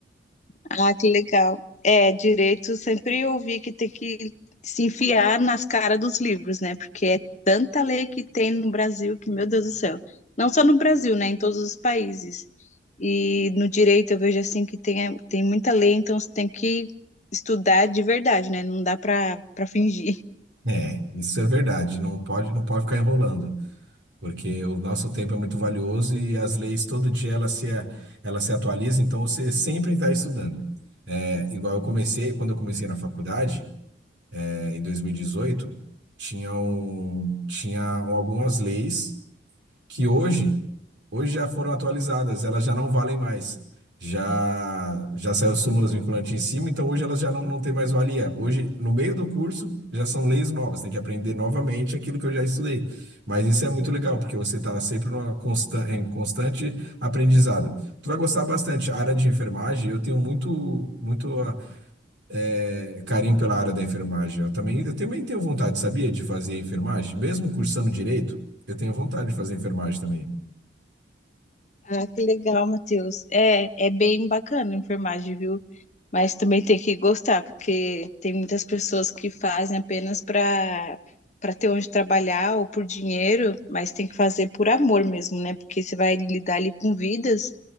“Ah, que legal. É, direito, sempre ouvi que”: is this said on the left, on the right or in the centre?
Left